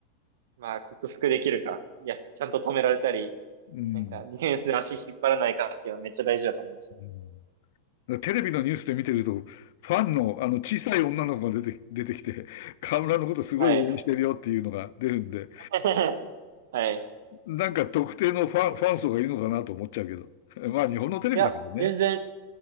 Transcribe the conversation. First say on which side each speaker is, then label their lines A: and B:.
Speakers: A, on the right; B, on the left.
A: まあ克服できるか。いや、ちゃんと止められたり、
B: うん
A: なんかディフェンスで足引っ張らないかっていうのはめっちゃ大事だと思います。
B: うんテレビのニュースで見てると、ファンの、あの、小さい女の子が出て、出てきて、河村のことすごい応援してるよっていうのが出るんで、
A: はい。<laughs> はい。
B: なんか特定のファン、ファン層がいるのかなと思っちゃうけど。<laughs> まあ日本のテレビだからね。
A: いや、全然、